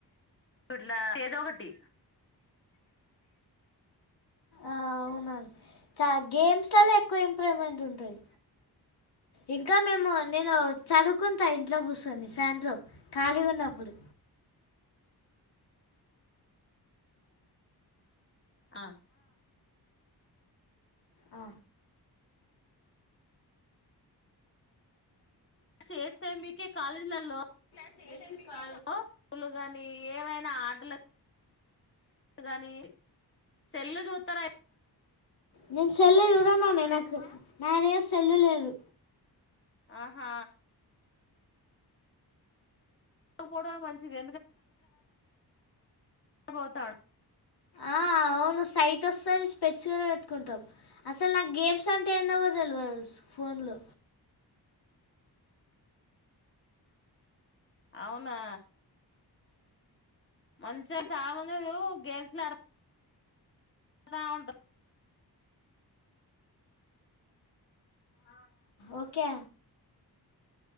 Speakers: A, on the left; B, on the left.
A: ఇట్లా ఏదో ఒకటి
B: ఆ అవునా చా గేమ్స్ ఎక్కో ఇంప్రూవ్మెంట్ ఉంటది ఇంకా మేము నేను చదువుకుంటా ఇంట్లో కూర్చొని సాయంత్రం ఖాళీగున్నప్పుడు.
A: ఆ
B: ఆ
A: చేస్తాయి మీకే కాలేజ్లల్లో
B: శ శ్రీ <unintelligible>
A: ఓ పలు కాని ఏవైనా ఆటలు కాని సెల్లు చూత్తరా ఎ
B: నేను సెల్ చూడను నానే నా దగ్గర సెల్లు లేదు.
A: ఆహా పోవడమే మంచిది పోతాన్
B: ఆ సైట్ వస్తది స్పెక్ట్స్ గూడ పెట్టుకుంటం. అసల్ నాక్ గేమ్స్ అంటే ఏందో కూడా తెలవదు ఫోన్లో.
A: అవునా మంచిగా చాలా మంది చూడూ గేమ్స్ లాడత్ తా. ఉంటర్ ఆ
B: ఓకే